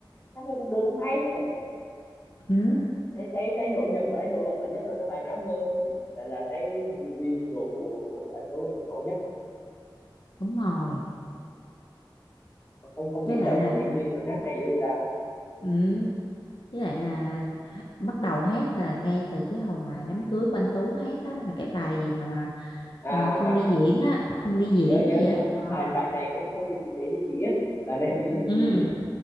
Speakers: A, on the left; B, on the left.
A: hát này cũng được cũng hay á.
B: ừ,
A: thấy thấy thấy nổi bật thấy nổi bật nhất là cái bài Ngáo Ngơ là là thấy vi- vi- visual của của anh Tuấn là nổi nhất
B: đúng rồi
A: không không nghĩ
B: với lại
A: là một
B: là
A: diễn viên
B: ừ,
A: mà hát hay dữ người ta
B: ừ, với lại là bắt đầu hát là ngay từ cái hồi mà đám cưới của anh Tú hát á là cái bài gì mà
A: à
B: à,
A: à
B: không
A: à,
B: đi
A: à.
B: diễn á không đi diễn
A: nhớ nhớ
B: gì
A: nhớ
B: á Ờ.
A: bài bài này không không dùng để đi diễn bài này không dùng để đi
B: ừ
A: diễn